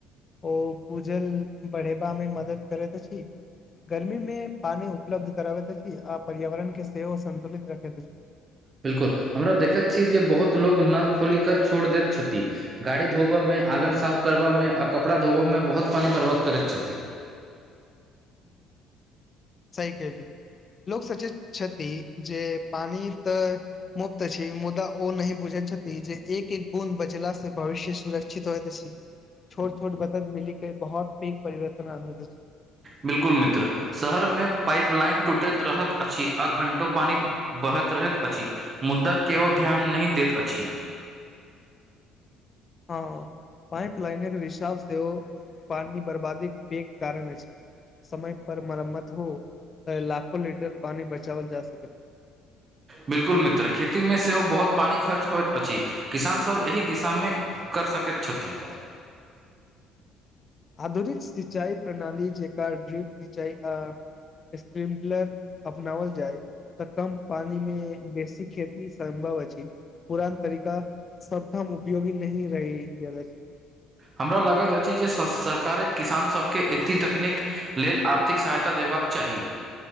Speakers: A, on the left (about 25°); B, on the right (about 25°).
A: ओ भूजल बढ़ेबा मे मदद करैत अछि गर्मी मे पानि उपलब्ध कराबैत अछि आ पर्यावरण के सेहो सन्तुलित रखैत अछि
B: बिल्कुल हमरा देखैत छी जे बहुत लोक नल खोली कर छोड़ दैत छथि गाड़ी धोब में आँगन साफ करब मे आ कपड़ा धोब में बहुत पानी बर्बाद करैत छथि <inaudible>
A: सहि कहली लोक सोचे छथि जे पानी तऽ मुक्त अछी मुद्दा ओ नै बुझैत छथि जे एक एक बूंद बचला से भविष्य सुरक्षित होइत अछि छोट छोट बदत मिली केँ बहुत पैघ परिवर्तन अनैत अछि
B: बिल्कुल मित्र शहर में पाइप लाइन टूटैत रहैत अछि आ घंटो पानी बहत रहैत अछि मुद्दा केओ ध्यान नै दैत अछि
A: हँ पाइप लाइने केँ रिषाब सेहो पानी बर्बादी केँ पैघ कारण अछि समय पर मरम्मत हो तै लाखो लीटर पानी बचावल जा सकैत
B: बिल्कुल मित्र खेती में सेहो बहुत पानी खर्च होइत अछि किसान सभ एहि दिशा में कर सकैत छथि
A: आधुनिक सिंचाई प्रणाली जेकर ड्रिप सिंचाई अ स्प्रिटलर अपनावल जाय तऽ कम पानी में बेसी खेती सम्भव अछि पुरान तरीका सब ठाम उपयोगी नहीं रहि गेल अछी
B: हमरा लागैत अछि जे स सरकारे किसान सभ केँ एतेक तकनीक लेल आर्थिक सहायता देबाक चाही